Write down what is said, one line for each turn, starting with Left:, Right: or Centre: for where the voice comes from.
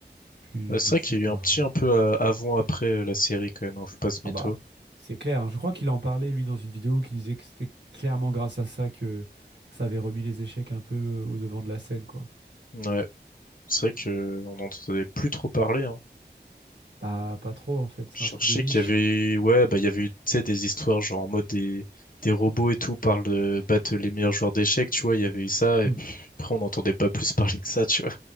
Right: Puis
Left: Bah,
Right: je
Left: C'est
Right: me
Left: vrai
Right: suis
Left: qu'il
Right: mis
Left: y a eu
Right: à...
Left: un petit un peu euh, avant après euh, la série quand même, hein, faut pas se mytho.
Right: Ah bah, c'est clair, hein. Je crois qu'il en parlait, lui, dans une vidéo, qui disait que c'était clairement grâce à ça que, que ça avait remis les échecs un peu euh, au devant de la scène, quoi.
Left: Ouais, c'est vrai que on n'entendait plus trop parler, hein.
Right: Bah, pas trop, en fait, c'est
Left: Je
Right: un truc
Left: cherchais
Right: de niche.
Left: qu'il y avait eu, ouais, bah, il y avait eu, tu sais, des histoires, genre, en mode des, des robots et tout, parlent de battre les meilleurs joueurs d'échecs, tu vois, il y avait eu ça,
Right: Hmm.
Left: et puis après, on n'entendait pas plus <laughs> parler que ça, tu vois.